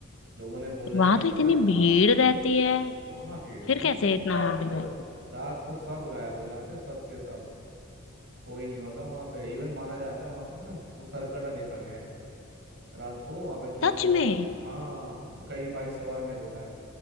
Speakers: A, on the right (about 60°); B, on the left (about 70°).
A: लोगों ने बोला
B: वहां
A: है कि वहां
B: तो इतनी
A: पे हाँ
B: भीड़ रहती है
A: वहां भीड़ नहीं
B: फिर कैसे
A: होती
B: इतना
A: रात
B: हॉन्टेड
A: को
B: है
A: रात को सब गायब हो जाते सब के सब कोई नहीं होता वहां पे इवन माना जाता है वहां पर ना उसको सरकटा देखा गया है रात को वहां पे जो भी
B: सच
A: बंदा चल
B: में
A: हाँ कई बाइक सवार ने बोला है